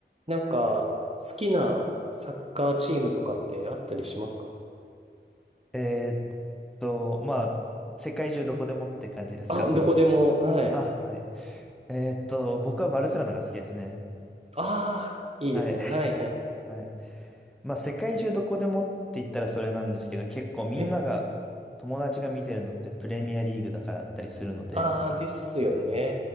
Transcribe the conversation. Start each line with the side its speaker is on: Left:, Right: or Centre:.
Right: なんか、好きなサッカーチームとかってあったりしますか
Centre: えーっと、まあ、世界中どこでもって感じですか、
Right: あ、
Centre: それ。
Right: どこでも、はい。
Centre: あ、はい。えーっと、僕はバルセロナが好きですね。
Right: ああ、いいですね。
Centre: はい。
Right: はい、はい。
Centre: はい。まあ、世界中どこでもって言ったらそれなんですけど、結構みんなが、
Right: ええ。
Centre: 友達が見てるのってプレミアリーグだからだったりするので、
Right: ああ、ですよね。え